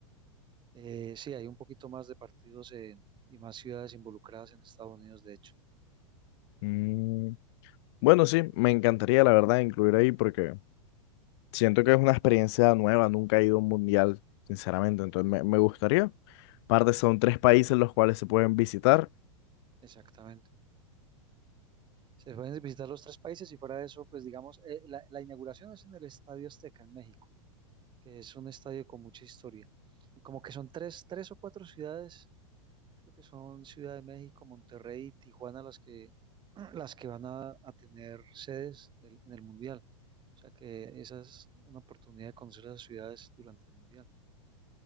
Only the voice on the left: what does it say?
Mm, Bueno, sí, me encantaría, la verdad, incluir ahí porque siento que es una experiencia nueva, nunca he ido a un mundial, sinceramente, entonces me, me gustaría. Aparte, son tres países los cuales se pueden visitar